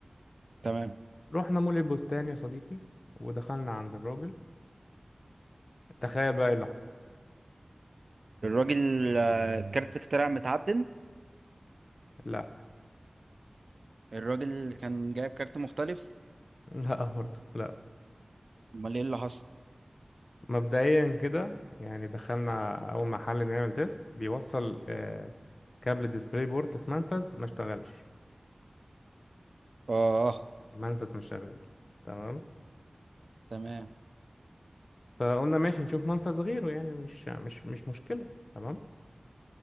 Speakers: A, on the right; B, on the left.
A: تمام
B: رحنا مول البستان يا صديقي ودخلنا عند الراجل تخيل بقى ايه اللي حصل
A: الراجل آه، كارت اختراع متعدل
B: لا
A: الراجل كان جايب كارت مختلف
B: لا برضه لا
A: امال ايه اللي حصل
B: مبدئيا كده يعني دخلنا اول محل نعمل تيست بيوصل آه، كابل ديسبلاي بورت في منفذ ما اشتغلش
A: اه
B: منفذ مش شغال تمام
A: تمام
B: فقلنا ماشي نشوف منفذ غيره يعني مش مش مش مشكلة تمام